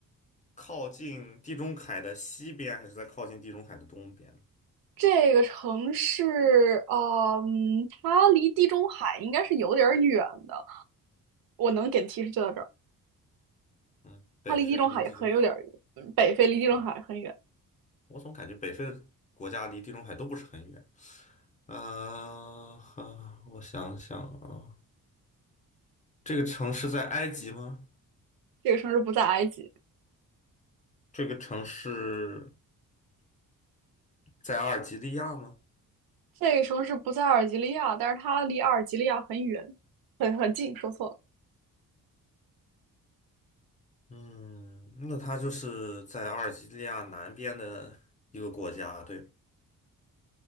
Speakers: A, on the left; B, on the right.
A: 靠近地中海的西边，还是在靠近地中海的东边？
B: 这个城市，嗯，它离地中海应该是有点儿远的。我能给的提示就到这儿，
A: 嗯，北非离地中海，
B: 它离地中海也很有点儿远，北非离地中海很远。
A: 嗯，我总感觉北非的国家离地中海都不是很远。啊、哈，我想想啊，这个城市在埃及吗？
B: 这个城市不在埃及，
A: 这个城市在阿尔及利亚吗？
B: 这个城市不在阿尔及利亚，但是它离阿尔及利亚很远，很很近。说错了，
A: 嗯，那它就是在阿尔及利亚南边的一个国家，对吧？